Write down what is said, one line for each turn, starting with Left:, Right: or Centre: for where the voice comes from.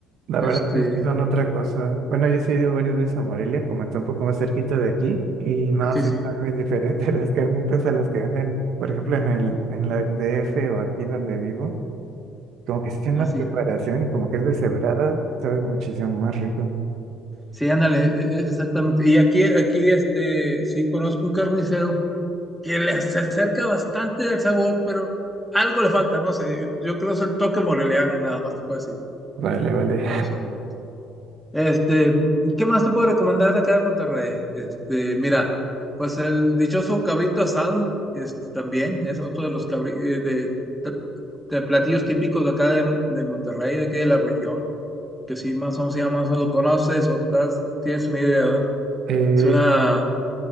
Right: La
Centre: Este,
Right: verdad es que son otra cosa. Bueno, yo sí he ido varias veces a Morelia, como está un poco más cerquita de aquí, y no,
Centre: sí,
Right: sí
Centre: sí,
Right: están bien diferentes <laughs> las carnitas a las que venden, por ejemplo, en el, en la en DF o aquí donde vivo, como que sí tienen
Centre: así
Right: una preparación
Centre: es.
Right: y como que es deshebrada, sabe muchísimo más rico.
Centre: Sí, ándale, e- e- exactamente. Y aquí, aquí, este, sí conozco un carnicero que le, se acerca bastante al sabor, pero algo le falta, no sé. Yo creo que es el toque moreliano, nada más te puedo decir.
Right: Vale, vale. <laughs>
Centre: Eso. Este, ¿qué más te puedo recomendar de acá de Monterrey? Este, mira, pues el dichoso cabrito asado, este, también es otro de los cabri- eh, de, de- de platillos típicos de acá de, de Monterrey, de aquí de la región, que si más o menos, si ya más o menos lo conoces o estás- tienes una idea, ¿verdad?
Right: Eh,
Centre: Es una,